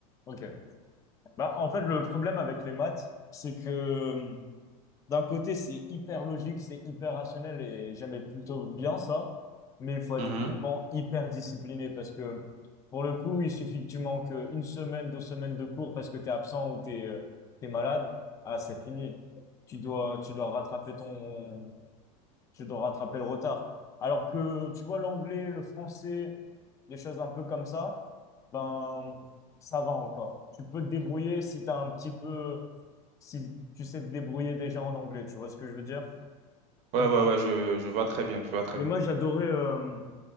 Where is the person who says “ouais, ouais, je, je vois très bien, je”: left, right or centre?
Right